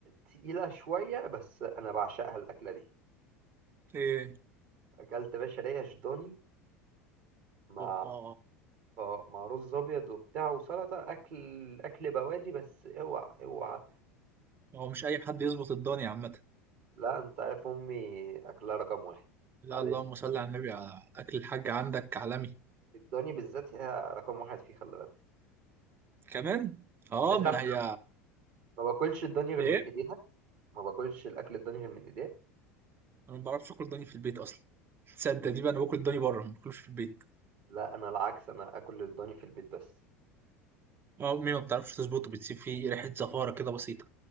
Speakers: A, on the right (about 55°); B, on the right (about 30°).
A: تقيله شويه بس انا بعشقها الاكله دي
B: ايه
A: اكلت يا باشا ريش ضاني مع
B: اوبا
A: اه مع رز ابيض وبتاع وسلطه اكل اكل بوادي بس اوعى اوعى
B: هو مش اي حد يظبط الدنيا عامه
A: لا انت عارف امي اكلها رقم واحد
B: لا
A: بعد
B: اللهم
A: اذنك
B: صل على النبي على اكل الحاج عندك عالمي
A: الضاني بالذات هي رقم واحد فيه خلي بالك
B: كمان اه
A: انت تعرف
B: ما هي
A: ما باكلش الضاني غير
B: ايه
A: من ايديها ما باكلش الاكل الضاني غير من ايديها
B: انا ما بعرفش اكل ضاني في البيت اصلا تصدق
A: ليه؟
B: دي بقى انا باكل الضاني بره ما باكلوش في البيت
A: لا انا العكس انا اكل الضاني في البيت بس
B: امي ما بتعرفش تظبطه بتسيب فيه ريحه زفاره كده بسيطه